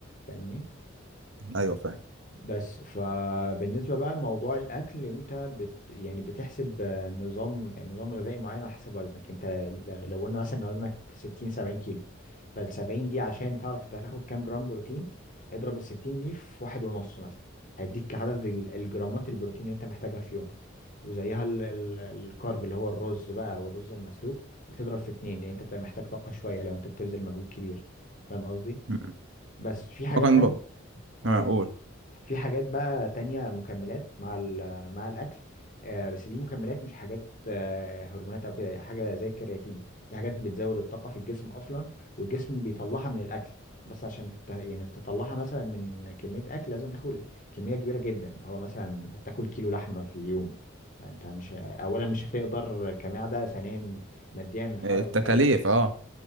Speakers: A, on the left; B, on the right.
A: فاهمني
B: أيوه فاهم
A: بس فبالنسبة بقى لموضوع الأكل أنت بت يعني بتحسب آه، نظام نظام غذائي معين على حسب وزنك أنت ل- لو قلنا مثلا إن وزنك 60 70 كيلو فالسبعين دي عشان تعرف أنت هتاخد كام جرام بروتين اضرب الستين دي في واحد ونص مثلا هيديك عدد ال- الجرامات البروتين اللي أنت محتاجها في يومك وزيها ال- ال- الكارب اللي هو الرز بقى والرز المسلوق بتضرب في اتنين لأن أنت بتبقى محتاج طاقة شوية لو أنت بتبذل مجهود كبير فاهم قصدي؟
B: مم.
A: بس في حاجات
B: وكان
A: تانية
B: بقى
A: آه.
B: هقول
A: في حاجات بقى تانية مكملات مع ال- مع الأكل آه، بس دي مكملات مش حاجات آه، هرمونات أو كده حاجة زي الكرياتين دي حاجات بتزود الطاقة في الجسم أصلا والجسم بيطلعها من الأكل بس عشان ت- يعني تطلعها مثلا من كمية أكل لازم تاكل كمية كبيرة جدا اللي هو مثلا تاكل كيلو لحمة في اليوم فأنت مش ه- أولا مش هتقدر كمعدة ثانيا ماديا الحوار
B: التكاليف
A: هيبقى مكلف جدا
B: أه